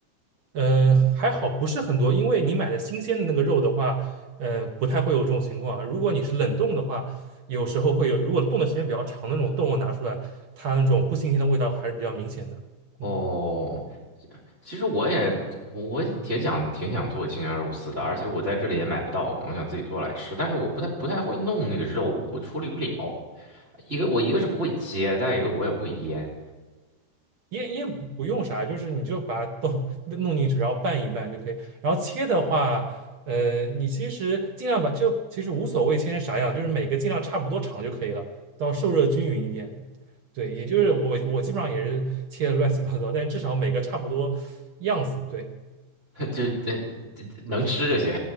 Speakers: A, on the right (about 60°); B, on the right (about 25°).
A: 呃，还好不是很多，因为你买的新鲜的那个肉的话，呃，不太会有这种情况啊，如果你是冷冻的话，有时候会有，如果冻的时间比较长，那种冻肉拿出来，它那种不新鲜的味道还是比较明显的，
B: 哦，
A: 嗯
B: 其实我也我也挺想挺想做青椒肉丝的，
A: 嗯
B: 而且我在这里也买不到嘛我想自己做来吃。
A: 嗯。
B: 但是我不太不太会弄那个肉，我处理不了。一个我一个是不会切，再一个我也不会腌，
A: 腌腌不不用啥，就是你就把它都 <laughs> 弄进去，然后拌一拌就可以。然后切的话，呃，你其实尽量把就其实无所谓切成啥样，就是每个尽量差不多长就可以了，到受热均匀一点。对，也就是我我基本上也是切的乱七八糟，但至少每个差不多样子。对，
B: <laughs> 就这这能吃就行。